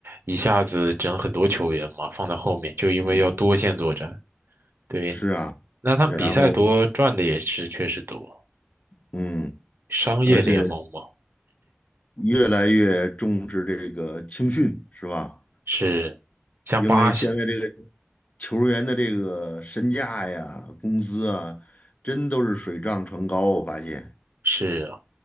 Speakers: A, on the right; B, on the left.
A: 一下子整很多球员嘛，放在后面，就因为要多线作战。
B: 嗯，
A: 对，
B: 是啊，
A: 那他们比赛多赚的也是确实多，
B: 然后嗯，
A: 商业联盟嘛，
B: 而且越来越重视这个青训，是吧？
A: 是，像巴西
B: 因为现在这个球员的这个身价呀、工资啊，真都是水涨船高。我发现，
A: 是啊，